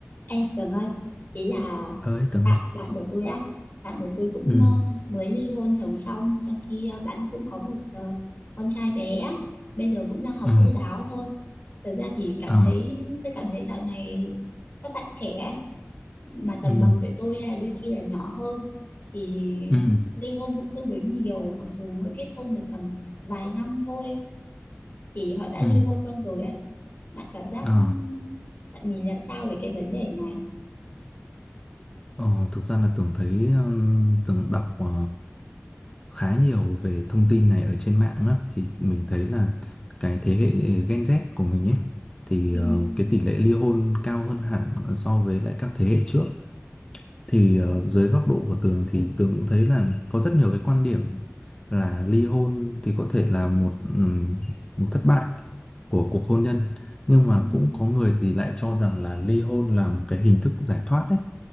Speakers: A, on the left; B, on the left.
A: Ê, Tường ơi, ý là
B: tới từng
A: bạn
B: ấy
A: bạn của tôi á, bạn của tôi cũng
B: ừ
A: ờ, mới ly hôn chồng xong, trong khi ờ, bạn cũng có một ờ, con trai bé á, bây giờ cũng đang học
B: ừ
A: mẫu giáo thôi. Thực ra thì cảm
B: ờ
A: thấy tôi cảm thấy dạo này các bạn trẻ ấy, mà tầm
B: ừ
A: bằng tuổi tôi hay là đôi khi là nhỏ hơn thì
B: ừ
A: ly hôn cũng tương đối nhiều, mặc dù mới kết hôn được tầm vài năm thôi thì họ đã ly
B: ừ
A: hôn luôn rồi ấy. Bạn cảm giác
B: ờ
A: ừ, bạn nhìn nhận sao về cái vấn đề này?
B: ờ thực ra là tưởng thấy um, tưởng đọc ờ, khá nhiều về thông tin này ở trên mạng á thì mình thấy là cái thế hệ Gen Z của mình ấy thì
A: Ừ.
B: ờ, cái tỷ lệ ly hôn cao hơn hẳn so với lại các thế hệ trước thì ờ, dưới góc độ của Tường thì Tường cũng thấy là có rất nhiều cái quan điểm là ly hôn thì có thể là một ừm, một thất bại của cuộc hôn nhân nhưng mà
A: Ừ.
B: cũng có người thì lại cho rằng là ly hôn là một cái hình thức giải thoát đấy